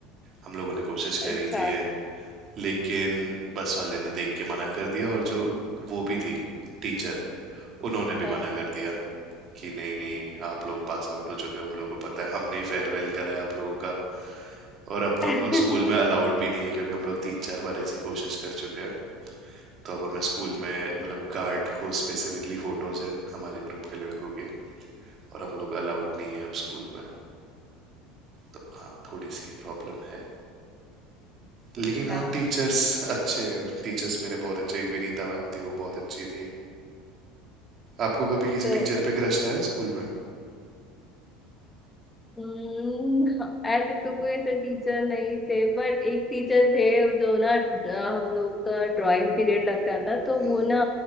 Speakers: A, on the right; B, on the left.
A: हम लोगों ने कोशिश
B: अच्छा
A: करी थी ये लेकिन बस वाले ने देख के मना कर दिया और जो वो भी थी टीचर उन्होंने भी
B: हाँ
A: मना कर दिया कि नहीं नहीं आप लोग पास आउट हो चुके हो हम लोगों को पता है हमने ही फेयरवेल करा है आप लोगों का और अब तो
B: <laughs>
A: हम लोग
B: हम्म
A: स्कूल में अलाउड भी नहीं है क्योंकि हम लोग तीन चार बार ऐसी कोशिश कर चुके हैं तो अब हमें स्कूल में मतलब गार्ड को स्पेसिफिकली फोटोज है हमारे ग्रुप के लड़कों की और हम लोग अलाउड नहीं है अब स्कूल में तो हाँ थोड़ी सी ये प्रॉब्लम है लेकिन
B: अच्छा
A: हाँ टीचर्स अच्छे हैं टीचर्स मेरे बहुत अच्छे एक विनीता मैम थी वो बहुत अच्छी थी आपको कभी किसी
B: तो
A: टीचर पे क्रश रहा है स्कूल में
B: हम्म, हाँ, ऐसे तो कोई ऐसे टीचर नहीं थे बट एक टीचर थे जो ना ड- हम लोग का ड्राइंग पीरियड लगता था तो
A: हम्म,
B: वो ना